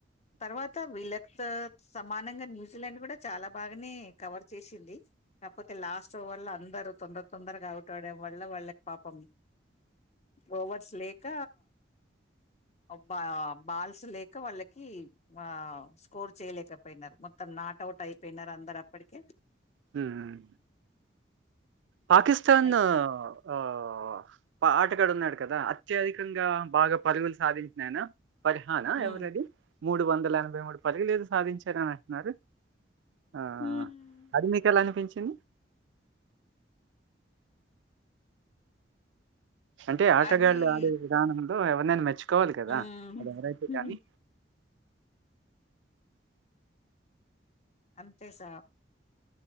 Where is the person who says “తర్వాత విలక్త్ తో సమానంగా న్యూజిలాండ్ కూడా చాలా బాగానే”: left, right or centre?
Left